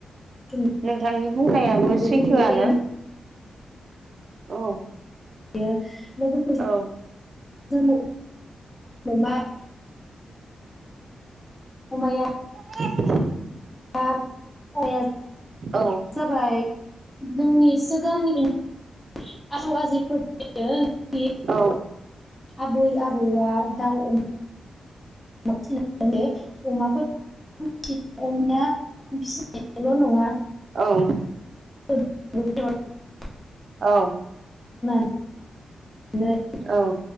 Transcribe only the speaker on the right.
नोंथांनि बुंनायाबो सैथोआनो
औ
औ
एम <unintelligible>
औ
औ
औ
औ
औ